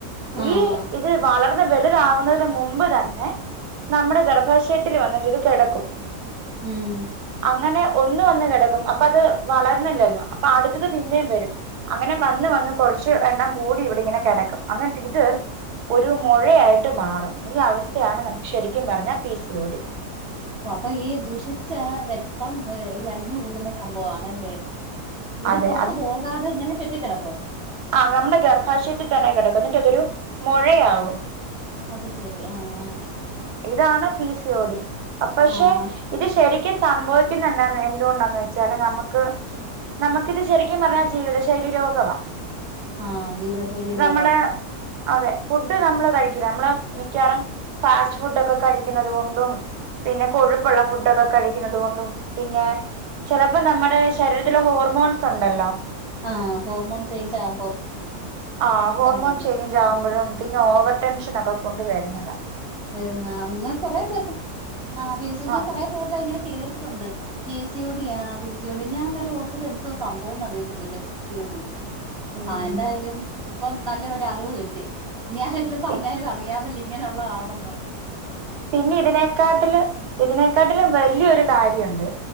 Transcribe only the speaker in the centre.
ആഹ്
ഉം
അപ്പൊ ഈ ദുഷിച്ച രക്തം ഈ അടി ഞ്ഞു കൂടുന്ന സംഭവണല്ലേ? ഇത്
പുറത് പോകാതെ ഇങ്ങനെ കെട്ടിക്കിടക്കും.
അത് ശെരി ആഹ്
ആഹ്
ആഹ് ജീവിത ശൈലി
രോഗവാ
ആഹ് ഹോർമോൺ ചേഞ്ച് ആകുമ്പം
സംഭവിക്കും
പിന്നെ ഞാൻ കൊറെ പേർക്ക് ആ പി എസ് ഞാൻ
കൊറെപേരുടെ ഇങ്ങനെ കേട്ടിട്ടുണ്ട് പി സി യോടി ആഹ് പി സി യോടി ഞാൻ നേരം ഓർക്കും എന്തോ സംഭവംന്ന് അറിയത്തില്ലല്ലോ പി സി യോ ടി
ആഹ് എന്തായാലും ഇപ്പം നല്ലൊര് അറിവ് കിട്ടി ഇനി ആരെങ്കിലും പറഞ്ഞാലും
അറിയാവല്ലേ ഇങ്ങനുള്ള ആണും ബ